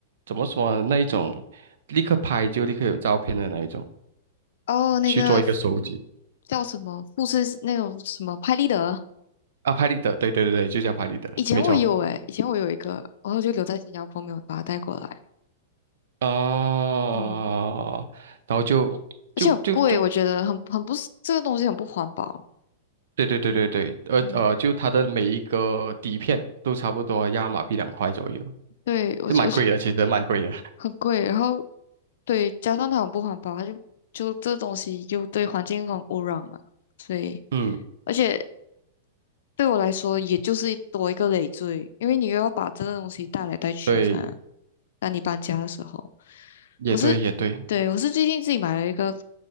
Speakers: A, on the right; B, on the left.
A: 怎么说呢那一种立刻拍就立刻有照片的那一种
B: 哦，那个
A: 去做一个收集
B: 叫什么富士那种什么拍立得，
A: 啊，拍立得，对对对对，就叫拍立得，
B: 以前我有诶，
A: 没错
B: 以前我有一个，然后就留在新加坡没有把它带过来，
A: 哦，
B: 嗯
A: 然后就就就就
B: 而且很贵，我觉得很很不是这个东西很不环保。
A: 对对对对对，呃呃，
B: 嗯，
A: 就它的每一个底片都差不多要马币两块左右，
B: 对，我就我觉得
A: 就蛮贵的，其实蛮贵的，
B: 很贵，然后对，加上它很不环保，它就就这东西又对环境很污染了，所以
A: <laughs> 嗯，
B: 而且对我来说，也就是多一个累赘，因为你又要把这个东西带来带去噻。
A: 对，
B: 当你搬家的时候，
A: 也对也对。
B: 我是对我是最近自己买了一个